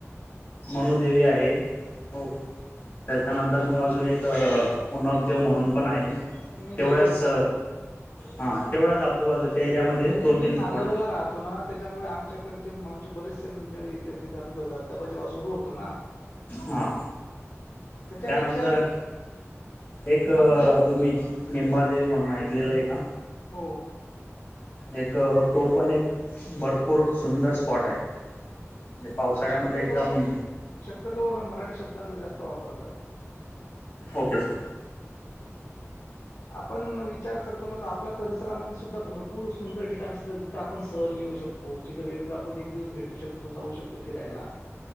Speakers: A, on the left; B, on the left.
A: मनुदेवी आहे, हो. त्याच्यानंतर मग अजून एक, पुनब देव म्हणून पण आहे.
B: मी
A: तेवढ्याच
B: गेलेलो आहे तिथं.
A: हा तेवढ्याच आजूबाजूच्या एरियामध्ये
B: म्हणजे
A: दोन
B: मी
A: तीन
B: नांदुरेला
A: स्पॉट
B: राहतो ना त्याच्यामुळे आमच्याकडचे <unintelligible> बरेचसे मंडळी येतात. तिथे आता तो धबधबा जेव्हा सुरु होतो ना.
A: हा.
B: त्याच्यापेक्षा
A: त्यानंतर एक
B: आपल्याला
A: तुम्ही, निंबादेवी म्हणून ऐकलेलंय का?
B: हो
A: एक तो पण एक भरपूर सुंदर स्पॉट आहे. म्हणजे पावसाळ्यामध्ये
B: हा शक्य
A: एकदम
B: तोवर शक्य तोवर मराठी शब्दांचा जास्त वापर करा.
A: Okay sir.
B: आपण विचार करतो ना तर आपल्या परिस् सार मध्ये सुद्धा भरपूर सुंदर ठिकाणी असतात जिथ आपण सहल नेऊ शकतो, तिथं ऐकदा आपण एक दिवस भेटू शक तो जाऊ शकतो फिरायला